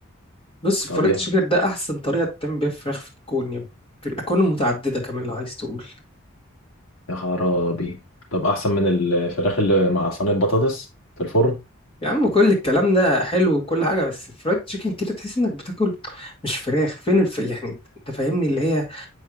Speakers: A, on the left; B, on the left.
A: بص فرايدي
B: طب يا
A: تشيكن ده احسن طريقه تعمل بيها فراخ في الكون يعني في الاكوان المتعدده كمان لو عايز تقول
B: يا خرابي طب احسن من الفراخ اللي مع صينية بطاطس في الفرن
A: يا عم كل الكلام ده حلو وكل حاجه بس فرايد تشيكن كده تحس انك بتاكل مش فراخ فين الف... يعني انت أنت فاهمني اللي هي